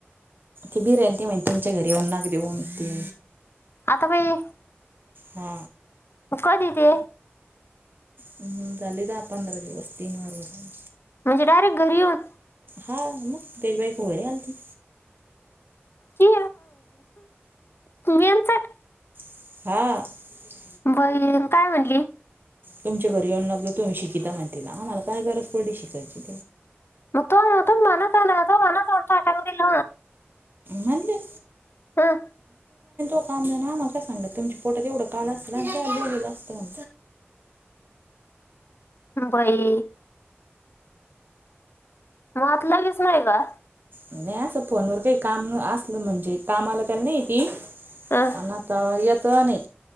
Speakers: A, on the right (about 50°); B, on the left (about 60°).
A: ति बीर ते म्हहि तुमच्या घरी ये नाग देऊन ते
B: आता पई
A: हा
B: कधी ते
A: हम्म झाली दहा पंधरा दिवस तीन वार बले.
B: म्हणजे डायरेक्ट घरी येऊन.
A: हा म देशभाई खर आलती.
B: कि तुमी यांचा.
A: <inaudible>
B: व काय म्हटली.
A: तुमच्या घरी येऊन तुम्ही शिकिता म्हणती ना आम्हाला काय गरज पडते शिकायची.
B: म मनास ना मनासंत आटा दिल.
A: म्हले.
B: हह.
A: काम मला काय सांगत तुमची पोट तेवढं काळलं असतं आणि ते बोललं असतं म्हण.
B: बाई. मातला नाहीस का?
A: नाही असं फोनवर काही काम असलं म्हणजे काम आलं त्याला नाही ती
B: हं,
A: आता येतो नाही.